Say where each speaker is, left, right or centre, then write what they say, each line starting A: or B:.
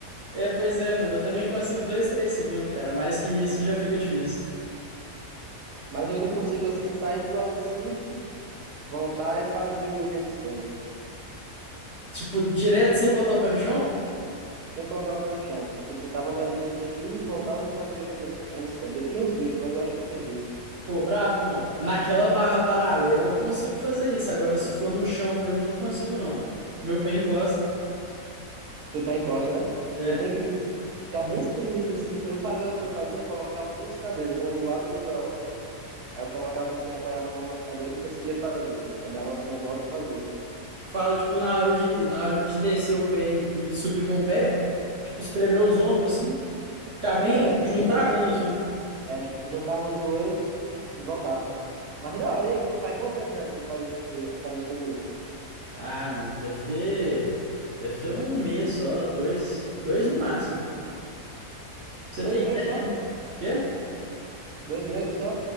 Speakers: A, on the right; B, on the right.
A: É, pois é, mano. Eu também consigo dois, três segundos, cara. Mais que isso já fica difícil.
B: Mas eu ainda consigo assim sair do L-sit, voltar e fazer o handstand,
A: Tipo, direto sem botar o pé no chão?
B: sem colocar o pé no chão. Tipo, eu tava no L-sit aqui, voltava e fazia o hand- handstand. Eu tinha uns vídeos, mas eu acho que eu perdi.
A: Pô, brabo, mano. Naquela barra paralela eu consigo fazer isso. Agora, se for no chão mesmo, eu não consigo, não. Meu pé encosta.
B: Se o pé encosta, né?
A: É.
B: Eu tinha que ficar bem espremido assim. Eu fazia o que eu fazia, eu colocava duas cadeiras, uma do lado e outra da outra. Aí eu colocava assim, apoiava a mão nas cadeiras e conseguia fazer. Aí dava assim a volta e fazia.
A: Você fala, tipo, na hora de, na hora de descer o pé e, e subir com o pé, tipo, espremer os ombros assim, ficar bem,
B: É,
A: juntar
B: tipo,
A: bem assim.
B: É, ju- juntava os joelhos e voltava. Mas é da hora, e aí, faz quanto tempo já que você faz esse- eh, calistenia?
A: Ah, mano, deve ter. Deve ter um mês só, dois. Dois no máximo. Pra
B: Dois
A: Você tem
B: meses
A: ideia?
B: só?
A: Quê?
B: Dois meses só?